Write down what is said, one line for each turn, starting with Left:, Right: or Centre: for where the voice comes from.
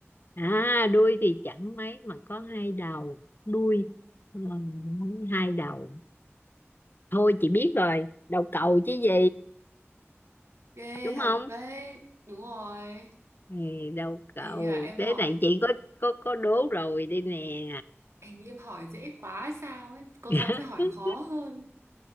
Left: à đuôi thì chẳng mấy mà có hai đầu đuôi ờ, hai đầu thôi chị biết rồi đầu cầu chứ gì
Right: Ghê
Left: đúng
Right: thật
Left: không
Right: đấy Đúng rồi
Left: ừ, đầu cầu
Right: Hình như là em
Left: thế
Right: hỏi
Left: này chị có có có đố rồi đi nè
Right: Hình như em hỏi dễ quá hay sao ấy Cô
Left: <laughs>
Right: giáo sẽ hỏi khó hơn